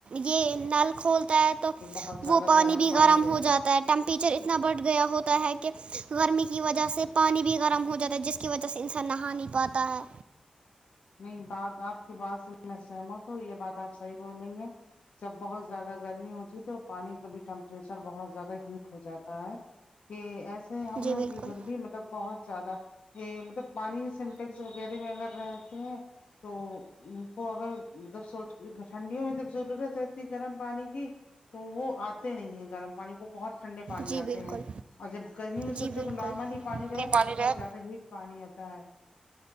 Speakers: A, on the right; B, on the left.
A: یہ نل کھولتا ہے تو
B: بہت زیادہ
A: وہ پانی بھی گرم ہو
B: رہتا
A: جاتا ہے ٹیمپریچر اتنا بڑھ گیا ہوتا ہے کہ گرمی کی وجہ سے پانی بھی گرم ہو جاتا ہے جس کی وجہ سے انسان نہا نہیں پاتا ہے
B: نہیں بات آپ کی بات سے میں سہمت ہوں یہ بات آپ صحیح بول رہی ہیں جب بہت زیادہ گرمی ہوتی ہے تو پانی کا بھی ٹیمپریچر بہت زیادہ ہیٹ ہو جاتا ہے کہ ایس ہم
A: جی
B: لوگ
A: بالکل
B: ادھر بھی مطلب بہت زیادہ یہ مطلب پانی سنٹیکس وغیرہ میں اگر رہ ھمم تو ان کو اگر سو ٹھنڈیوں میں جب ضرورت رہتی گرم پانی کی تو وہ آتے نہیں ہے گرم پانی وہ بہت ٹھنڈے پانی
A: جی بالکل
B: آتے ہیں اور جب گرمی میں
A: جی
B: سوچو
A: بالکل
B: کہ نارمل ہی پانی رہے
A: پانی
B: تو بہت
A: رہ
B: زیادہ ہیٹ پانی آتا ہے